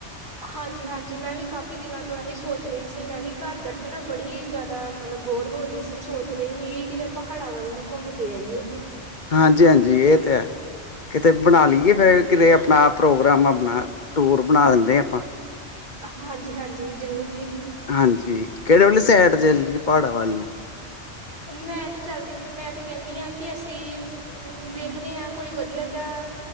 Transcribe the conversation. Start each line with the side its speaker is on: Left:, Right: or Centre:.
Right: ਹਾਂਜੀ-ਹਾਂਜੀ, ਮੈਂ ਵੀ ਕਾਫ਼ੀ ਦਿਨਾਂ ਤੋਂ ਐਹੀ ਸੋਚ ਰਹੀ ਸੀ, ਮੈਂ ਵੀ ਘਰ ਬੈਠੇ ਨਾ ਬੜੀ ਜ਼ਿਆਦਾ- ਦਾ ਮਤਲਬ ਬੋਰ ਹੋ ਰਹੀ ਸੀ। ਸੋਚ ਰਹੀ ਹੀ ਕਿ, ਕਿਤੇ ਪਹਾੜਾਂ ਵੱਲ ਨੂੰ ਘੁੰਮ ਕੇ ਆਈਏ।
Left: ਹਾਂਜੀ, ਹਾਂਜੀ ਇਹ ਤੇ ਹੈ। ਕਿਤੇ ਬਣਾ
Right: ਹਾਂ,
Left: ਲਈਏ ਫੇਰ- ਕਿਤੇ ਆਪਣਾ ਪ੍ਰੋਗਰਾਮ, ਆਪਣਾ ਟੂਰ ਬਣਾ ਦਿੰਦੇ ਆਂ ਆਪਾਂ।
Right: ਹਾਂਜੀ-ਹਾਂਜੀ ਜ਼ਰੂਰ ਜੀ,
Left: ਹਾਂਜੀ, ਕਿਹੜੇ ਵਾਲੀ ਸਾਈਡ 'ਚ ਚਲੀਏ ਪਹਾੜਾਂ ਵੱਲ ਨੂੰ-
Right: ਮੈਂ 'ਤੇ ਚੱਲਦੀ, ਮੈਂ ਤੇ ਕਹਿੰਨੀ ਆਂ। ਕਿ ਅਸੀਂ ਹਮ ਦੇਖਦੇ ਹਾਂ, ਕੋਈ ਵਧੀਆ ਜਿਹਾ